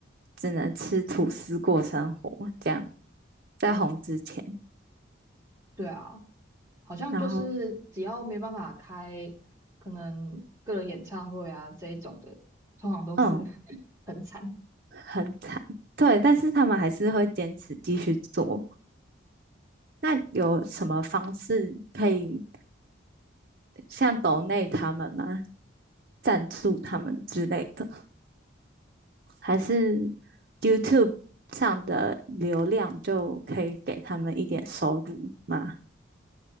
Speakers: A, on the right; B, on the right.
A: 只能吃吐司过生活，这样在红之前，
B: 对啊。好像就是只要没办法开可能个人演唱会啊这一种的，
A: 然后
B: 通常都是
A: 嗯，
B: <laughs> 很惨。
A: 很惨，对，但是他们还是会坚持继续做，那有什么方式可以像抖内他们吗？赞助他们之类的，还是 YouTube 上的流量就可以给他们一点收入吗？